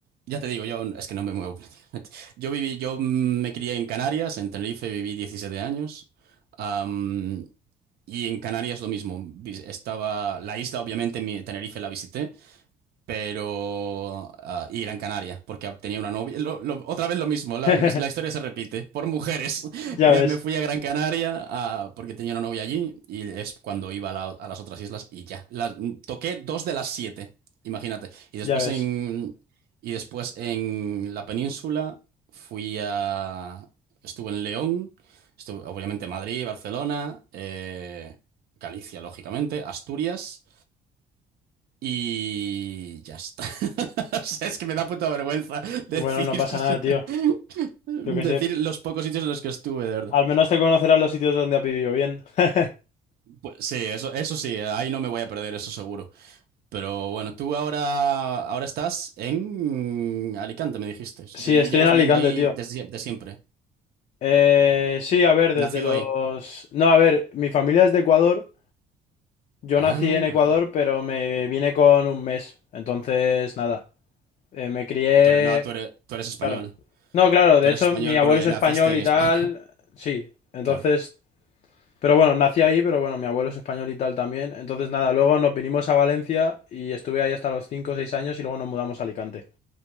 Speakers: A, on the right (about 65°); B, on the left (about 45°).
A: ya te digo, yo es que no me muevo <laughs> prácticamente. Yo viví, yo me crié en Canarias, en Tenerife viví 17 años. am, y en Canarias lo mismo. Vi- Estaba la isla, obviamente, mi Tenerife la visité pero ah, y Gran Canaria, porque tenía una novia. Lo- lo- otra vez lo mismo, la,
B: <laughs>
A: la historia se repite, por mujeres. <laughs>
B: Ya
A: Le,
B: ves,
A: me fui a Gran Canaria ah, porque tenía una novia allí y es cuando iba a, la- a las otras islas y ya. Las- toqué dos de las siete, imagínate. Y después
B: ya ves.
A: en, y después en la península fui a... Estuve en León, estuve obviamente Madrid, Barcelona, eh, Galicia, lógicamente, Asturias. Y ya está. <laughs> O sea, es que me da puta vergüenza decir,
B: Bueno, no
A: <laughs>
B: pasa nada, tío.
A: decir
B: Yo qué sé.
A: los pocos sitios en los que estuve, de verdad.
B: Al menos te conocerás los sitios donde has vivido bien. <laughs>
A: Pues sí, eso, eso sí, ahí no me voy a perder, eso seguro. Pero bueno, tú ahora, ahora estás en Alicante, me dijiste. O sea,
B: Sí,
A: pues Llevas
B: estoy en Alicante,
A: viviendo ahí
B: tío.
A: desde de siempre.
B: Eh, sí, a ver, desde
A: Nacido
B: los...
A: ahí.
B: No, a ver, mi familia es de Ecuador. Yo
A: Ah,
B: nací en Ecuador, pero me vine con un mes. Entonces, nada. Eh, me crié...
A: tú eres, no, tú eres, tú eres español.
B: Claro. No, claro,
A: Tú
B: de
A: eres
B: hecho
A: español
B: mi abuelo
A: porque
B: es español
A: naciste en
B: y
A: España.
B: tal,
A: <laughs>
B: sí, entonces,
A: Claro.
B: pero bueno, nací ahí, pero bueno, mi abuelo es español y tal también, entonces nada, luego nos vinimos a Valencia y estuve ahí hasta los cinco o 6 años y luego nos mudamos a Alicante